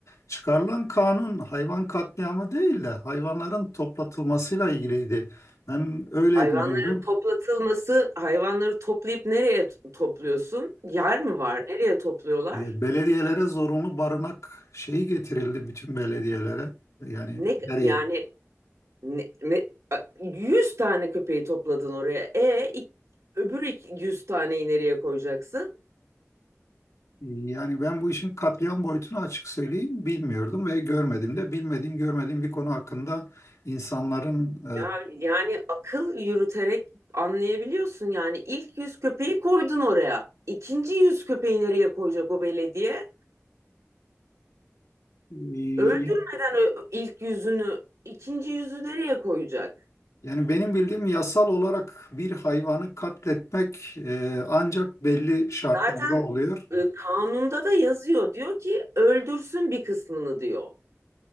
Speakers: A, on the left; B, on the right.
A: Çıkarılan kanun hayvan katliamı değil de hayvanların toplatılmasıyla ilgiliydi. Ben öyle
B: hayvanların
A: biliyorum.
B: toplatılması, hayvanları toplayıp nereye topluyorsun? Yer mi var? Nereye topluyorlar?
A: E, Belediyelere zorunlu barınak şeyi getirildi bütün belediyelere. Yani
B: Ne
A: her yer.
B: yani ne, ne- 100 tane köpeği topladın oraya. E öbür ik- 100 taneyi nereye koyacaksın?
A: Yani ben bu işin katliam boyutunu açık söyleyeyim bilmiyordum ve görmedim de bilmediğim görmediğim bir konu hakkında insanların
B: Ya yani akıl yürüterek anlayabiliyorsun yani ilk yüz köpeği koydun oraya. İkinci yüz köpeği nereye koyacak o belediye?
A: e,
B: Öldürmeden
A: e,
B: ö- ilk yüzünü, ikinci yüzü nereye koyacak?
A: yani benim bildiğim yasal olarak bir hayvanı katletmek e, ancak belli şartlarda
B: Zaten
A: oluyor.
B: e, kanunda da yazıyor. Diyor ki öldürsün bir kısmını diyor.